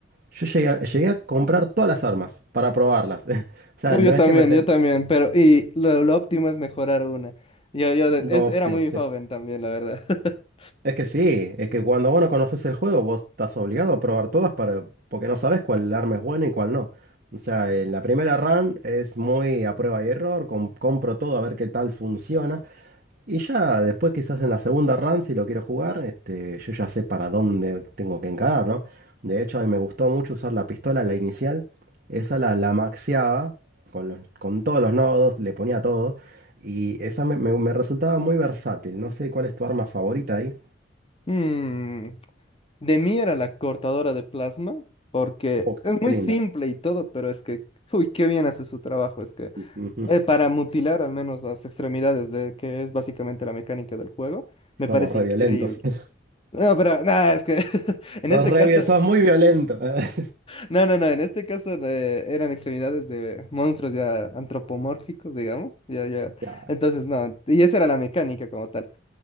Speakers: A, on the right (about 50°); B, on the left (about 30°).
A: yo llegué a, llegué a comprar todas las armas para probarlas. <laughs> O sea,
B: Uy,
A: no
B: yo
A: es
B: también,
A: que me... sen-
B: yo también, pero y lo, lo óptimo es mejorar una. Yo, yo de-
A: Lo
B: es-
A: óptimo,
B: era muy
A: sí.
B: joven también, la verdad. <laughs>
A: Es que sí, es que cuando vos no conoces el juego, vos estás obligado a probar todas para, porque no sabes cuál arma es buena y cuál no. O sea, en la primera run es muy a prueba y error, com- compro todo a ver qué tal funciona. Y ya después quizás en la segunda run, si lo quiero jugar, este, yo ya sé para dónde tengo que encarar, ¿no? De hecho, a mí me gustó mucho usar la pistola, la inicial. Esa la, la maxeaba con los- con todos los nodos, le ponía todo. Y esa me, me me resultaba muy versátil. No sé cuál es tu arma favorita ahí.
B: Mm, De mí era la cortadora de plasma, porque
A: Uh,
B: es muy
A: qué linda.
B: simple y todo, pero es que, uy, qué bien hace su trabajo. Es que
A: Ujú.
B: eh, para mutilar al menos las extremidades de que es básicamente la mecánica del juego, me
A: Somos
B: parece
A: re
B: increíble.
A: violentos. <laughs>
B: No, pero nada, es que <laughs> en
A: Sos
B: este
A: re
B: caso,
A: vi- sos muy violento. <laughs>
B: no, no, no, en este caso eh, eran extremidades de monstruos ya antropomórficos, digamos, ya, ya.
A: Ya.
B: Entonces, no, y esa era la mecánica como tal.